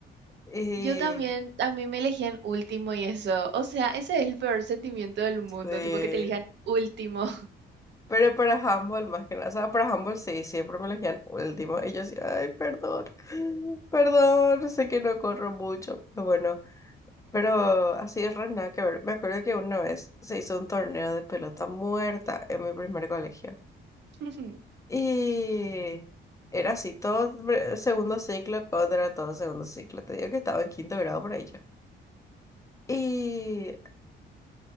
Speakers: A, on the left (about 15°); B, on the right (about 60°).
A: Eh,
B: Yo también, a mí me elegían último y eso. O sea, ese es el peor sentimiento del mundo,
A: <laughs> sí.
B: tipo que te elijan último.
A: Pero para handball más que nada. O sea, para handball sí, siempre me elegían último. Y yo así, ay, perdón. <gasps> <laughs> Perdón, sé que no corro mucho. Pero bueno, pero así es re nada que ver. Me acuerdo que una vez se hizo un torneo de pelota muerta en mi primer colegio.
B: <laughs>
A: Y era así, todo pre- segundo ciclo contra todo segundo ciclo. Te digo que estaba en quinto grado por ahí yo. Y